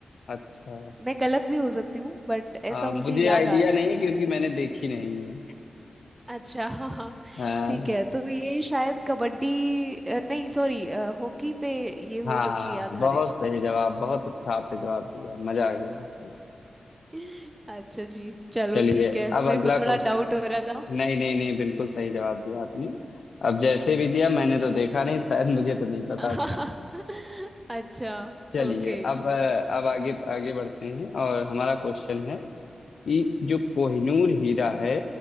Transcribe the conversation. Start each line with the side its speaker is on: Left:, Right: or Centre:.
Left: अच्छा
Right: मैं गलत भी हो सकती हूँ बट ऐसा
Left: अ,
Right: मुझे
Left: मुझे
Right: याद
Left: आइडिया
Right: आ रहा
Left: नहीं
Right: है
Left: क्योंकि मैंने देखी नहीं है
Right: अच्छा हाँ हाँ
Left: अ,
Right: ठीक है तो ये शायद कबड्डी अ, नहीं सॉरी हॉकी पे ये
Left: हाँ
Right: हो सकती है आधारित
Left: बहुत सही जवाब बहुत अच्छा आपने जवाब दिया मजा आ गया एकदम
Right: <laughs> अच्छा जी चलो
Left: चलिए
Right: ठीक है
Left: अब
Right: मेरे
Left: अगला
Right: को
Left: क्वेश्चन
Right: थोड़ा डाउट हो रहा था
Left: नहीं नहीं नहीं बिल्कुल सही जवाब दिया आपने अब जैसे भी दिया मैंने तो देखा नहीं शायद मुझे तो नहीं पता
Right: <laughs>
Left: था
Right: अच्छा
Left: चलिए
Right: ओके
Left: अब अ, अब आगे आगे बढ़ते हैं और हमारा क्वेश्चन है कि जो कोहिनूर हीरा है